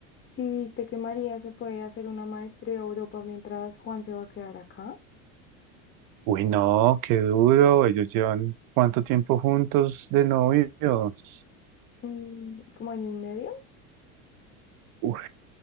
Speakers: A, on the left; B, on the right.
A: Si viste que María se fue a hacer una maestría a Europa mientras Juan se va a quedar acá,
B: Uy, no, qué duro. Ellos llevan cuánto tiempo juntos de novios.
A: mm, como año y medio.
B: Uy,